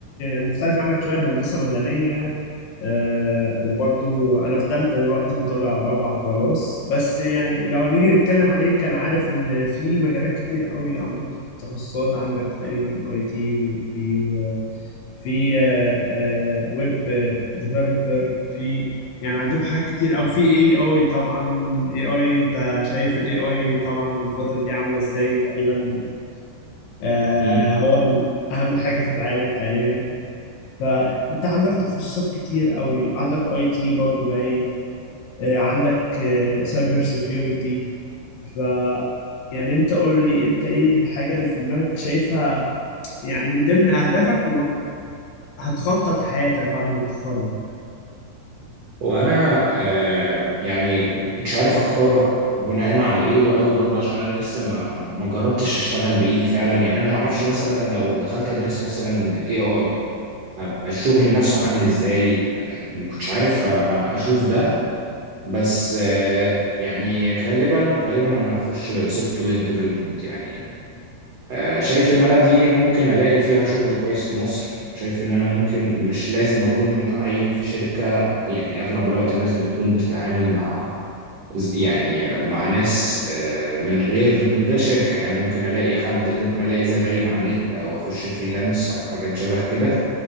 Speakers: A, on the left; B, on the right.
A: مختلف عنك شوية أنا هندسة مدنية آه وبرضو انا في تالتة دلوقتي وطالع رابعة خلاص بس يعني لو هنيجي نتكلم عليه كان عارف ان في مجالات كتير قوي عندكم تخصصات عندك تقريبا اي تي وفي و- في آه، آه، ويب ديفلوبر في يعني عندكم حاجات كتير او في اي اي طبعا اي اي انت شايف الاي اي طبعا الفترة دي عاملة ازاي تقريبا آه
B: مم.
A: هو ال- اهم حاجة في العالم حاليا فانت عندك تخصصات كتير قوي عندك اي تي برضو باين آه، عندك سايبر سيكيورتي ف يعني انت قول لي انت ايه الحاجة اللي في دماغك شايفها يعني من ضمن اهدافك وهتخطط حياتك بعد ما تتخرج
B: وأنا آه، يعني مش عارف أختار بناء على إيه وقوي برضو عشان أنا لسه ما ما جربتش أشتغل بإيدي فعلا يعني أنا ما أعرفش مثلا لو دخلت أدرس مثلا AI هبقى الشغل نفسه عامل إزاي آه، ما كنتش عارف أ- اشوف ده بس آه، يعني غالبا غالبا انا هخش سوفت وير ديفلوبمنت يعني آه، شايف ان انا دي ممكن الاقي فيها شغل كويس في مصر شايف ان انا ممكن مش لازم اكون متعين في شركة يعني اغلب الوقت الناس بتكون بتتعامل مع يعني مع ناس آه، من غير من غير شركة يعني أنا ممكن الاقي حد ممكن الاقي زباين على النت او اخش فريلانس او حاجات شبه كده